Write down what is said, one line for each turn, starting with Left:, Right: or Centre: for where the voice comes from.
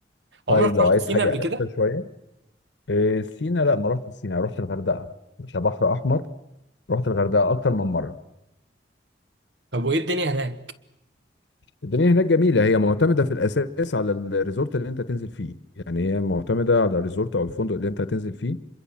Left: طيب
Right: عمرك
Left: لو
Right: رحت
Left: عايز
Right: سينا
Left: حاجة
Right: قبل كده؟
Left: أكتر شوية آه، سينا لا ما رحتش سينا رحت الغردقة كبحر أحمر رحت الغردقة أكتر من مرة
Right: طب وإيه الدنيا هناك؟
Left: الدنيا هناك جميلة هي معتمدة في الأساس على الريزورت اللي أنت تنزل فيه يعني هي معتمدة على الريزورت أو الفندق اللي أنت هتنزل فيه